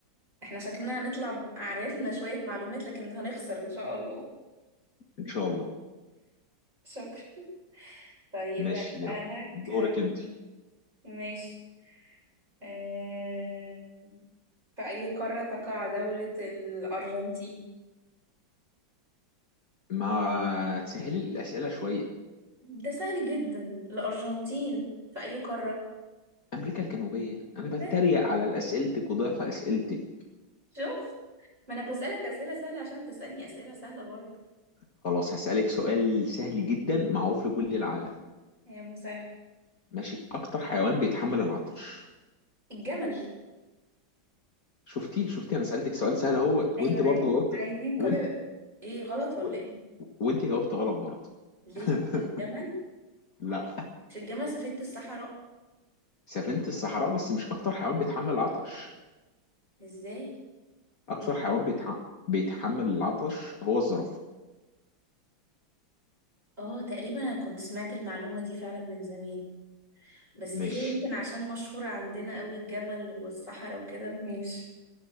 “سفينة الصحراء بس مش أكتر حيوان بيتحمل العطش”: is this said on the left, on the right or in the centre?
Left